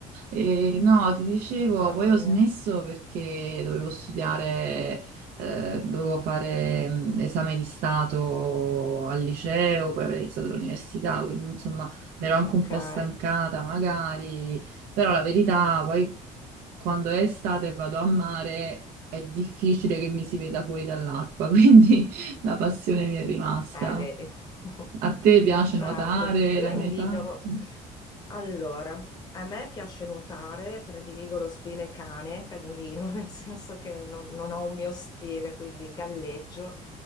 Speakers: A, on the right; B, on the left.
A: E no, ti dicevo,
B: Mamma
A: poi ho
B: mia.
A: smesso perché dovevo studiare, eh, dovevo fare mm, esame di stato al liceo, poi avrei iniziato l'università, quindi insomma mi ero anche
B: Ok.
A: un po'
B: Eh,
A: stancata magari, però la verità, poi quando è estate e vado a mare è difficile che mi si veda fuori dall'acqua, <laughs> quindi la passione mi è rimasta.
B: vedi. <laughs>
A: A te piace
B: Certo.
A: nuotare?
B: Io
A: L'hai
B: invidio.
A: mai fatto?
B: Allora, a me piace nuotare, prediligo lo stile cane, cagnolino, <laughs> nel senso che non, non ho un mio stile, quindi galleggio.